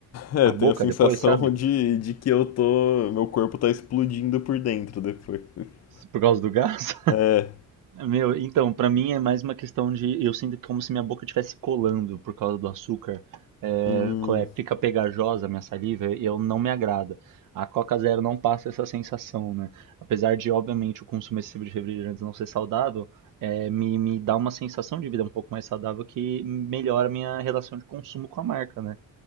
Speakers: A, on the left (about 50°); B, on the right (about 70°).
A: É,
B: a
A: eu
B: boca
A: tenho a sensação
B: depois, sabe?
A: <laughs> de, de que eu tô, meu corpo tá explodindo por dentro depois. <laughs>
B: Por causa do gás.
A: É,
B: Meu, então, pra mim é mais uma questão de. Eu sinto como se minha boca estivesse colando por causa do açúcar. É,
A: hum,
B: qual é, fica pegajosa a minha saliva e eu não me agrada. A Coca Zero não passa essa sensação, né? Apesar de, obviamente, o consumo excessivo de refrigerantes não ser saudável, é, me, me dá uma sensação de vida um pouco mais saudável que melhora a minha relação de consumo com a marca, né?